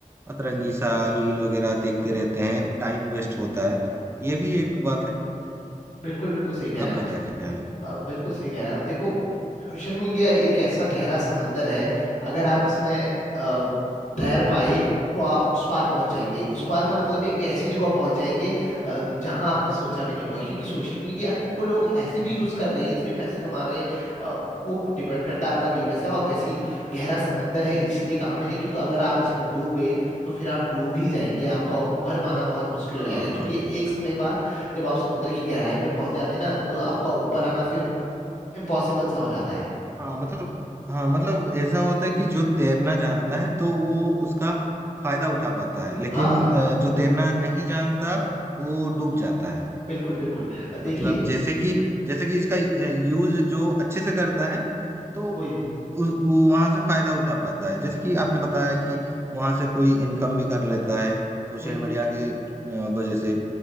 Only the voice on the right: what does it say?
अतरंगी सा रील वगैरह देखते रहते हैं टाइम वेस्ट होता है ये भी एक बात है
आपका
क्या ख्याल है
जी
जी
हाँ
हाँ
हाँ मतलब हाँ मतलब ऐसा होता है कि जो तैरना जानता है तो वो उसका फायदा उठा पाता है लेकिन
अ, जो तैरना नहीं जानता वो डूब जाता है
मतलब जैसे कि जैसे कि इसका यूज जो अच्छे से करता है तो
उस वहां से फायदा उठा पाता है जैसे कि आपने बताया कि वहां से कोई इनकम भी कर लेता है सोशल
मीडिया के अ, वजह से